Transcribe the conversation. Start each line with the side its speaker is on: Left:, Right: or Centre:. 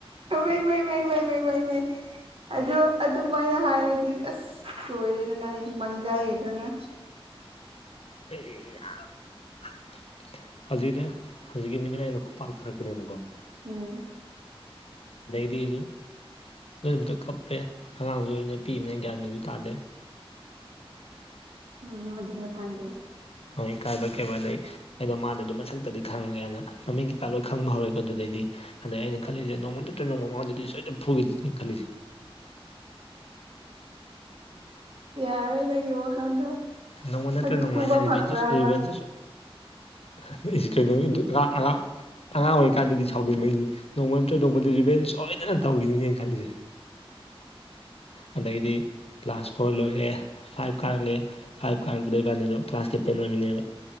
Right: ꯑꯃꯩ ꯃꯩ ꯃꯩ ꯃꯩ ꯃꯩ ꯃꯩ ꯑꯗꯨ ꯑꯗꯨꯝꯥꯏꯅ ꯍꯥꯏꯔꯗꯤ ꯑꯁ ꯁꯣꯏꯔꯦꯗꯅ ꯑꯩꯗꯤ ꯃꯥꯡꯖꯔꯦꯗꯅ
Left: <unintelligible> ꯍꯧꯖꯤꯛꯗ ꯍꯧꯖꯤꯛꯀꯤ ꯃꯤꯗꯨꯅ ꯑꯩꯉꯣꯟꯗ ꯈꯨꯄꯥꯛ ꯊꯥꯔꯛꯄꯅꯦꯕꯀꯣ
Right: ꯎꯝ
Left: ꯑꯗꯩꯗꯤ ꯑꯩꯁꯨ ꯑꯗꯨꯏ ꯅꯨꯃꯤꯠꯇꯣ ꯀꯞꯄꯦ ꯑꯉꯥꯡꯁꯨ ꯑꯣꯏꯅ ꯄꯤꯏꯕꯅꯤꯅ ꯒ꯭ꯌꯥꯟ ꯃꯦꯟꯁꯨ ꯇꯥꯗꯦ
Right: ꯎꯝ ꯑꯗꯨꯒ <unintelligible>
Left: ꯍꯣꯏ ꯏꯀꯥꯏꯕꯣꯏ ꯀꯩꯕꯣꯏ ꯑꯗꯩ ꯑꯩꯗꯣ ꯃꯥꯗꯣ ꯑꯗꯨꯝ ꯃꯁꯛꯇꯗꯤ ꯈꯪꯉꯦꯅ ꯃꯃꯤꯡ ꯀꯩꯀꯥ ꯂꯣꯏ ꯈꯪꯕ ꯍꯧꯔꯦ ꯑꯗꯨꯗꯩꯗꯤ ꯑꯗꯩ ꯑꯩꯅ ꯈꯜꯂꯤꯁꯦ ꯅꯣꯡꯃ ꯅꯠꯇꯥ ꯅꯣꯡꯃ ꯃꯉꯣꯟꯗꯗꯤ ꯁꯣꯏꯗ ꯐꯨꯈꯤꯒꯤ ꯑꯩꯅ ꯈꯜꯂꯤꯁꯦ
Right: ꯌꯥꯔꯦ ꯂꯩꯒꯦ ꯋꯥꯈꯥꯟꯗꯣ
Left: ꯅꯣꯡꯃ ꯅꯠꯇ꯭ꯔ
Right: ꯑꯗꯨ
Left: ꯅꯣꯡꯃ
Right: ꯄꯨꯕ
Left: ꯑꯩꯅ ꯔꯤꯚꯦꯟꯁꯦ
Right: ꯐꯪꯕ꯭ꯔꯥ ꯍꯥꯏꯕ
Left: ꯔꯤꯚꯦꯟꯁꯦ ꯁꯣꯏꯗꯅ <unintelligible> ꯑꯉꯥꯡ ꯑꯣꯏꯔꯤꯀꯥꯟꯗꯗꯤ ꯁꯥꯎꯅꯤꯡꯕꯩꯅꯤ ꯅꯣꯡꯃ ꯅꯥꯠꯇꯔꯥ ꯅꯣꯡꯃꯥꯗꯤ ꯔꯤꯚꯦꯟ ꯁꯣꯏꯗꯅ ꯇꯧꯈꯤꯅꯤ ꯈꯜꯂꯤꯖꯦ ꯑꯗꯩꯗꯤ ꯀ꯭ꯂꯥꯁ ꯐꯣꯔ ꯂꯣꯏꯔꯛꯑꯦ ꯐꯥꯏꯚ ꯀꯥꯔꯛꯂꯦ ꯐꯥꯏꯚ ꯀꯥꯔꯛꯄꯗ ꯏꯕꯥꯅꯤꯗꯣ ꯀ꯭ꯂꯥꯁ ꯀꯦꯞꯇꯦꯟ ꯑꯣꯏꯃꯩꯑꯦꯕ